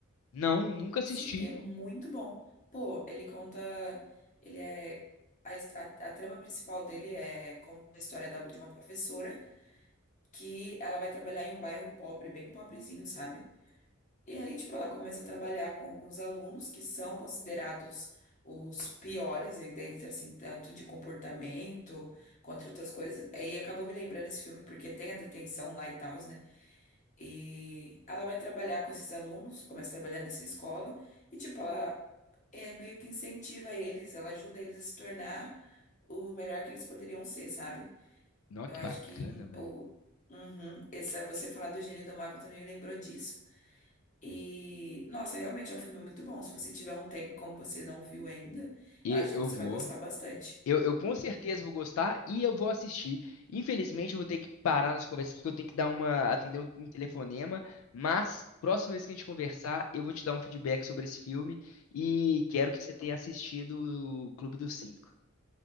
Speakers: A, on the left; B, on the left.
A: Não, nunca assisti.
B: Sim, é muito bom. Pô, ele conta. Ele é. A, his- a, a trama principal dele é conta a história da- de uma professora que ela vai trabalhar em um bairro pobre, bem pobrezinho, sabe? E aí, tipo, ela começa a trabalhar com alguns alunos que são considerados os piores, e dentro, assim, tanto de comportamento quanto outras coisas. E acabou me lembrando esse filme porque tem a detenção lá e tal, né? E ela vai trabalhar com esses alunos, começa a trabalhar nessa escola. E, tipo, ela é, meio que incentiva eles, ela ajuda eles a se tornar o melhor que eles poderiam ser, sabe?
A: Não,
B: Eu
A: que
B: acho
A: bacana,
B: que
A: velho.
B: o uhum, essa você falar do Gênio Indomável também me lembrou disso. E nossa, realmente é um filme muito bom. Se você tiver um tempo como você não viu ainda,
A: E
B: eu acho
A: eu
B: que você
A: vou.
B: vai gostar bastante.
A: Eu, eu com certeza vou gostar e eu vou assistir. Infelizmente, eu vou ter que parar nossa conversa aqui, que eu tenho que dar uma, atender um, um telefonema. Mas, próxima vez que a gente conversar, eu vou te dar um feedback sobre esse filme e quero que você tenha assistido o Clube dos Cinco.